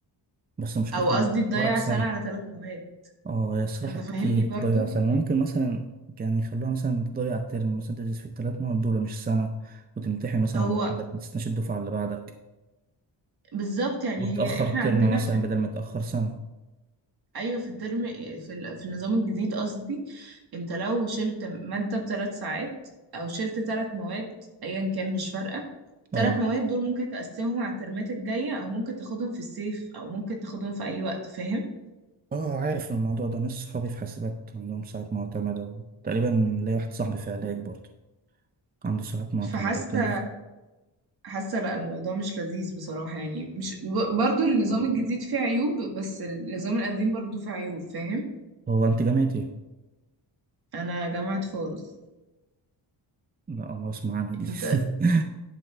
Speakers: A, on the right; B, on the right.
A: بس مشكلتها
B: او قصدي
A: إن
B: تضيع
A: فرق سنة
B: سنة على ثلاث مواد
A: اه هي صراحة
B: انت
A: كتير
B: فاهمني
A: تضيع
B: برضو
A: سنة ممكن مثلا يعني يخلوها مثلا تضيع الترم مثلا تدرس في التلات مواد دول مش سنة وتمتحن مثلا
B: هو
A: لوحدك ما تستناش الدفعة اللي بعدك
B: بالظبط يعني
A: وتأخر
B: هي احنا
A: ترم
B: عندنا
A: مثلا
B: في
A: بدل ما تأخر سنة
B: ايوه في الترم في ال- في النظام الجديد قصدي انت لو شلت ماده بثلاث ساعات او شلت ثلاث مواد ايا كان مش فارقه
A: اه
B: ثلاث مواد دول ممكن تقسمهم على الترمات الجايه او ممكن تاخدهم في الصيف او ممكن تاخدهم في اي وقت فاهم
A: اه عارف الموضوع ده ناس صحابي في حاسبات عندهم ساعات معتمدة تقريبا ليا واحد صاحبي في علاج برضه عنده ساعات معتمدة
B: فحاسه
A: وتنزل
B: حاسه لا الموضوع مش لذيذ بصراحه يعني مش ب- برضو النظام الجديد فيه عيوب بس النظام القديم برضو فيه عيوب فاهم
A: هو انت جامعة ايه؟
B: انا جامعه فاروس
A: لا ما اسمع عنها دي
B: انت
A: <laughs>